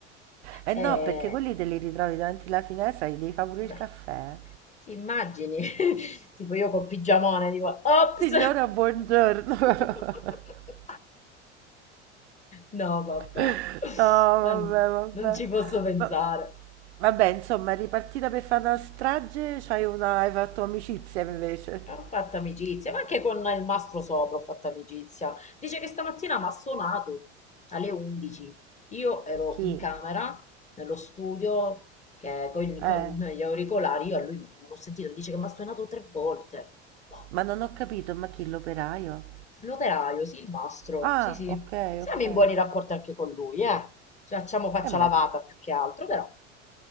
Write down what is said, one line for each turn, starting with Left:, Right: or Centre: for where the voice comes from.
Right: Eh
Left: eh,
Right: no, perché quelli te li ritrovi davanti alla finestra, gli devi fare pure
Left: Beh,
Right: il caffè.
Left: ti immagini? <laughs> Tipo io col pigiamone, tipo, ops!
Right: <laughs> Signora, buongiorno. <laughs>
Left: <laughs> No, vabbè,
Right: No, vabbè,
Left: non, non
Right: vabbè.
Left: ci posso pensare.
Right: Ma- Vabbè, insomma, ripartita per fare una strage, c'hai una... hai fatto amicizia invece.
Left: Ho fatto amicizia, ma anche con il mastro sopra ho fatto amicizia. Dice che stamattina mi ha suonato alle 11. Io ero
Right: Chi?
Left: in camera, nello studio, che con, con
Right: Eh,
Left: gli auricolari, io a lui non, non ho sentito. Mi dice che mi ha suonato tre volte. Boh.
Right: ma non ho capito, ma chi l'operaio?
Left: L'operaio, sì, il mastro,
Right: Ah,
Left: sì, sì.
Right: ok,
Left: Siamo
Right: ok.
Left: in buoni rapporti anche con lui, eh. Ci facciamo faccia
Right: E
Left: lavata
Right: beh,
Left: più che altro, però.